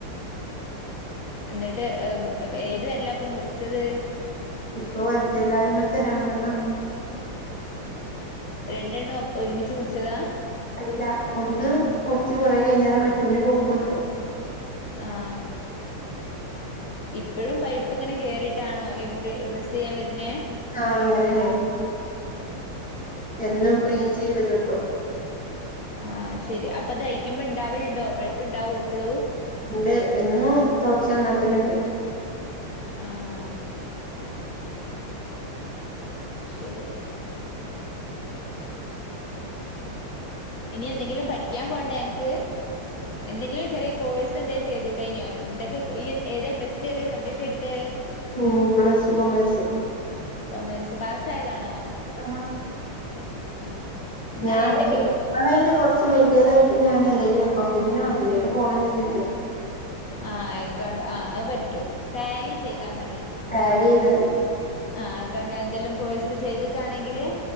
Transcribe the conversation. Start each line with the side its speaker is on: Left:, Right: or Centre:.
Left: ന്നിട്ട് ഏത് വെര്ല പ്പൊ മുറിച്ചത്.
Centre: പ്പൊ വൽതെകാല്മത്തെ രണ്ടെണ്ണം
Left: രണ്ടെണ്ണം ഒരുമിച്ച് മുർച്ചതാ
Centre: അല്ല ഒന്ന് മുർച്ച് കൊറേ കഴിഞ്ഞാരെ മറ്റേയ്‌ന് പൗപെന്ന്
Left: ആഹ് ഇപ്പോഴും പൈപ്പ് ങ്ങനെ കേറിട്ടാണോ ഈ മുറി ഡ്രസ്സെയ്യാൻ വര്ന്നേ
Centre: ആഹ് അങ്ങനെന്നെ
Left: ആഹ്
Centre: എന്നും ക്ളീൻ ചെയ്ത് കെട്ടും
Left: ആഹ് ശെരി അപ്പദയ്ക്കുമ്പൊ ണ്ടാവൽണ്ടോ പയ്പ് ണ്ടാവോ പ്പളു
Centre: ണ്ട് എന്നും തൊട്ച്ചനാക്കലണ്ട്
Left: ആഹ് ശരി ഇനി എന്തെങ്കിലും പഠിക്കാൻ പോണ്ടേ അന്ക്ക് എന്തെങ്കിലും ചെറിയ കോഴ്സെ ന്തെ ചെയ്തുടെന്യോ ന്തൊക്കെ ഈ ഏതാ പ്ളസ്ടു ഏതേ സബ്ജക്റ്റെടുത്തെ
Centre: മ് ബ്ലസി കൊമേസ്
Left: കൊമേസ് പാസായതാണോ
Centre: ആ
Left: ആഹ് എന്നാ
Centre: ഞാന്
Left: എന്തെങ്കിലും
Centre: തായത് കൊർച്ച് വല്യതായിട്ട് ഞാന് ന്തേലും ക്കൗണ്ടിങ്ങിനോ ന്തിനേലും പോണം കർത്ണ്ട്.
Left: ആ എക്കൗണ് ആ അഹ് പറ്റും ടാലി ചെയ്താ മതി.
Centre: ടാല്യേയ്താതി
Left: ആഹ് കണ്ട ന്തെല്ലും കോഴ്സ് ചെയ്ത്ക്കാണെങ്കില്